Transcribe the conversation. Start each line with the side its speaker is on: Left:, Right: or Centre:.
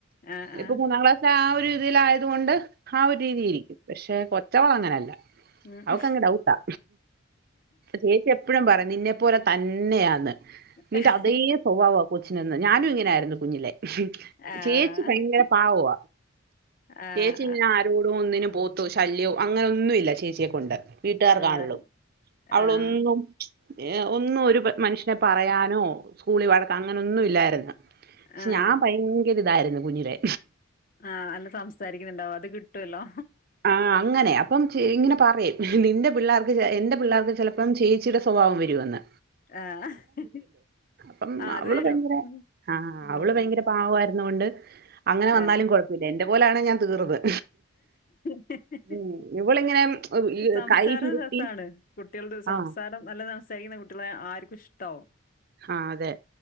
Left: ആ ആ ആ
Right: ഇപ്പൊ മൂന്നാംക്ലാസ് ആ ഒരു രീതിൽ ആയത്കൊണ്ട് ആ ഒരു രീതിയിരിക്കും. പക്ഷെ കൊച്ചവള് അങ്ങനെയല്ല.
Left: ഉം
Right: അവക്ക് അങ്ങ് ഡൗട്ടാ. ചേച്ചി എപ്പഴും പറയും നിന്നെ പോലെ തന്നെയാന്ന് നിന്റെ
Left: ആഹ്.
Right: അതേ സ്വഭാവമാ കൊച്ചിനെന്ന് ഞാനും ഇങ്ങനെ ആരുന്നു കുഞ്ഞിലെ
Left: ആഹ്
Right: ചേച്ചി ഭയങ്കര പാവമാ.
Left: ആഹ്
Right: ചേച്ചി പിന്നെ ആരോടും ഒന്നിനും പോവത്തോ ശല്യോ അങ്ങനെ ഒന്നുമില്ല ചേച്ചിയെ കൊണ്ട്. വീട്ടുകാർ
Left: ആഹ്
Right: കാണുള്ളൂ അവളൊന്നും-
Left: ആഹ്
Right: ഒന്നും ഒരു മനുഷ്യനെ പറയാനോ സ്കൂളിൽ വഴക്ക് അങ്ങനെൊന്നും ഇല്ലായിരുന്നു. ക്ഷേ
Left: ആഹ്
Right: ഞാൻ ഭയങ്കര ഇതായിരുന്നു കുഞ്ഞിലേ
Left: ആഹ് അല്ല സംസാരിക്കുന്നുണ്ടാവും അത് കിട്ടുവല്ലോ.
Right: ആഹ് അങ്ങനെ അപ്പം ചേ ഇങ്ങനെ പറയും നിന്റെ പിള്ളേർക്ക് എന്റെ പിള്ളേർക്ക് ചെലപ്പം ചെയ് ചിയുടെ സ്വഭാവം വരുമെന്ന്.
Left: ആഹ് <unintelligible>
Right: ആഹ് അപ്പം
Left: അത്
Right: അവള്
Left: വരും
Right: ഭയങ്കര
Left: ഉം
Right: ആഹ്
Left: ഉം
Right: അവള് ഭയങ്കര
Left: ഉം
Right: പാവമായിരുന്നൊണ്ട് അങ്ങനെ വന്നാലും
Left: ആഹ്
Right: കുഴപ്പമില്ല എന്റെ പോലാണ് ഞാൻ തീർന്ന്.
Left: <unintelligible>
Right: ഉം. ഇവളിങ്ങനെ ഉം, ഈ
Left: സംസാരം
Right: കൈ ചുരുട്ടി
Left: രസമാണ് കുട്ടികൾടെ സംസാരം
Right: ആ,
Left: നല്ല സംസാരിക്കുന്ന കുട്ടികളെ ആര്ക്കും ഇഷ്ടാവും.
Right: ആഹ് അതെ